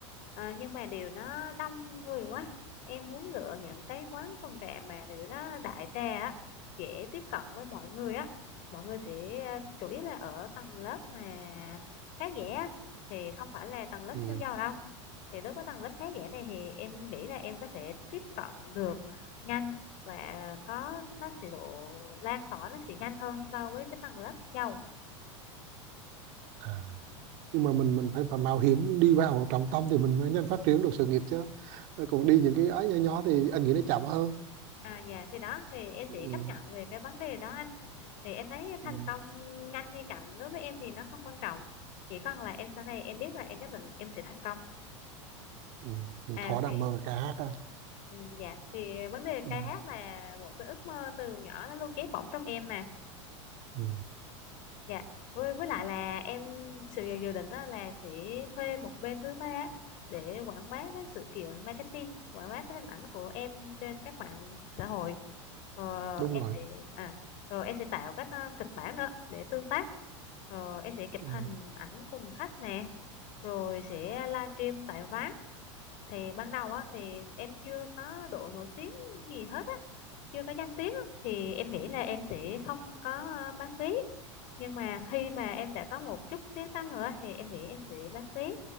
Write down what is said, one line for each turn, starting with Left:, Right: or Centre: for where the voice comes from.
Left: Ờ, nhưng mà điều nó đông người quá em muốn lựa những cái quán phong trà mà điều nó đại trà á dễ tiếp cận với mọi người á mọi người sẽ ờ, chủ yếu là ở tầng lớp mà khá giả á, thì không phải là tầng lớp
Right: Ừ.
Left: siêu giàu đâu thì đối với tầng lớp khá giả này thì em nghĩ là em có thể tiếp cận được nhanh và có nó sẽ độ lan tỏa nó sẽ nhanh hơn so với cái tầng lớp giàu
Right: À. nhưng mà mình mình phải, phải mạo hiểm đi vào trọng tâm thì mình mới nhanh phát triển được sự nghiệp chứ Ờ, còn đi những cái ấy nhỏ nhỏ thì anh nghĩ nó chậm hơn
Left: à dạ thì đó thì em
Right: ừ.
Left: sẽ chấp nhận về cái vấn đề đó anh thì em thấy
Right: Ừ.
Left: thành công nhanh hay chậm đối với em thì nó không quan trọng chỉ cần là em sau này em biết là em nhất định em sẽ thành công
Right: Ừ. Mình
Left: à
Right: thỏa
Left: vì
Right: đam mê ca hát ha.
Left: ừ, dạ thì vấn đề ca
Right: ừ.
Left: hát là một cái ước mơ từ nhỏ nó luôn cháy bỏng trong em mà
Right: Ừ.
Left: Dạ, với với lại là em sự dự dự định đó là sẽ thuê một bên thứ ba á, để quảng bá cái sự kiện marketing, quảng bá cái hình ảnh của em trên các mạng xã hội. Ờ,
Right: đúng
Left: em
Right: rồi
Left: sẽ à rồi em sẽ tạo các ờ, kịch bản nữa để tương tác. Rồi em sẽ chụp
Right: ừ.
Left: hình ảnh cùng khách nè, rồi sẽ livestream tại Ván thì ban đầu á thì em chưa có độ nổi tiếng gì hết á chưa có danh tiếng á, thì em nghĩ là em sẽ không có ờ, bán vé nhưng mà khi mà em đã có một chút tiếng tăm rồi á, thì em nghĩ em sẽ bán vé